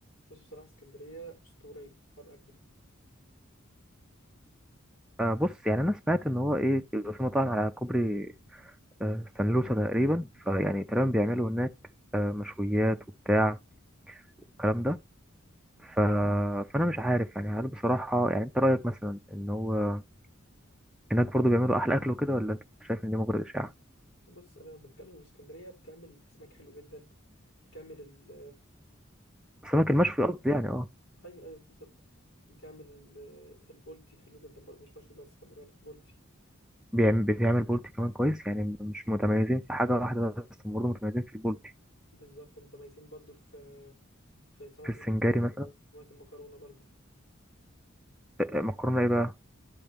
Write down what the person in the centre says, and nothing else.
آه بص يعني انا سمعت ان هو ايه بيبقى في مطاعم على كوبري آه سانلوسا تقريبا فيعني تقريبا بيعملوا هناك آه مشويات وبتاع الكلام ده ف... فانا مش عارف يعني هل بصراحه يعني انت رايك مثلا ان هو هناك برضو بيعملوا احلى اكل وكده ولا انت شايف ان دي مجرد اشاعه
السمك المشوي قصدي يعني اه
بيعمل بيعمل بولتي كمان كويس يعني مش متميزين في حاجه واحده بس هم برضو متميزين في البولتي
في السنجاري
مثلا
آه، مكرونه ايه بقى